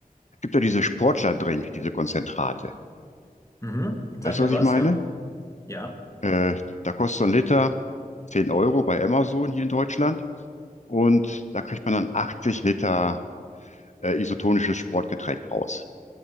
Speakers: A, on the left; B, on the left.
A: gibt ja diese Sportler-Drink, diese Konzentrate.
B: Mhm.
A: Weißt
B: Sag mir
A: du, was
B: was,
A: ich meine?
B: ja? Ja.
A: Äh, da kostet so ein Liter 10 Euro bei Amazon hier in Deutschland und da kriegt man dann 80 Liter äh, isotonisches Sportgetränk raus.